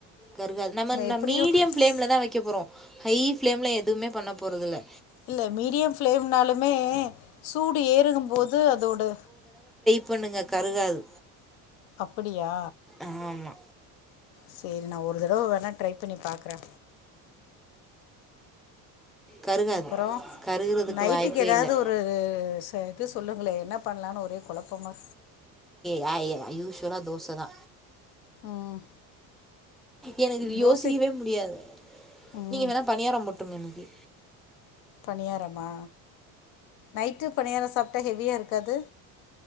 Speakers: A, in the centre; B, on the left.
A: கருகாது நம்ம ந
B: எப்டியு
A: மீடியம் பிளேம்ல தான் வைக்க போறோம் ஹை பிளேம்ல எதுவுமே பண்ண போறதுஇல்ல
B: இல்ல மீடியம் பிளேம்னாலுமே சூடு ஏறும் போது அதோடு
A: பண்ணுங்க கருகாது
B: அப்படியா
A: ஆமா
B: சேரி நா ஒரு தடவ வேண்ணா ட்ரை பண்ணி பாக்குறே.
A: கருகாது
B: அப்பறோ
A: கருகிறதுக்கு
B: நைட்டுக்கு
A: வாய்ப்பே
B: எதாவது
A: இல்லை
B: ஒரு செ து சொல்லு ல்லு என்ன பண்லானு ஒரே கொழப்பமா
A: யா ய யூஸ்வலா தோசதா
B: ம்
A: எனக்கு இது
B: தோசை
A: யோசிக்கவே முடியாது
B: ம்
A: நீங்க வேண்ணா பணியாரோ போட்ருங்க இன்னக்கி
B: பணியாரமா நைட் டு பணியாரோ சாப்ட்டா ஹெவியா இருக்காது?